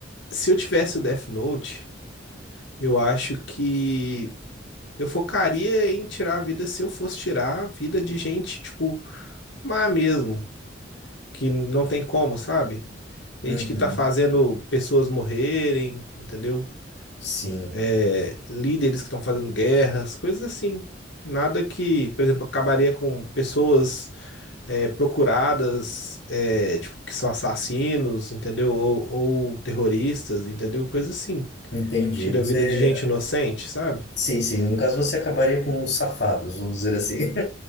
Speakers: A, on the left; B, on the left.
A: se eu tivesse o Death Note, eu acho que eu focaria em tirar a vida se eu fosse tirar a vida de gente, tipo, má mesmo, que não tem como, sabe? Gente
B: Uhum.
A: que tá fazendo pessoas morrerem, entendeu?
B: Sim,
A: É, líderes que estão fazendo guerras, coisas assim. Nada que, por exemplo, acabaria com pessoas é, procuradas, é, tipo, que são assassinos, entendeu? Ou, ou terroristas, entendeu? Coisa assim.
B: entendi.
A: Tira
B: Você.
A: a vida de gente inocente, sabe?
B: Sim, sim. No caso, você acabaria com os safados, vamos dizer assim.